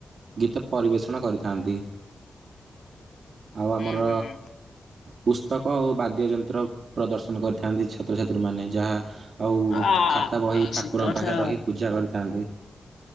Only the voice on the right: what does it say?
ଗୀତ ପରିବେଷଣ କରିଥାନ୍ତି। ଆଉ ଆମର
ପୁସ୍ତକ ଆଉ ବାଦ୍ୟ ଯନ୍ ନ୍ତ୍ର ପ୍ରଦର୍ଶନ କରିଥାନ୍ତି ଛାତ୍ରଛାତ୍ରୀମାନେ, ଯାହା ଆଉ
ଖାତା ବହି ଠାକୁରଙ୍କ
ପାଖରେ ରହି ପୂଜା କରିଥାନ୍ତି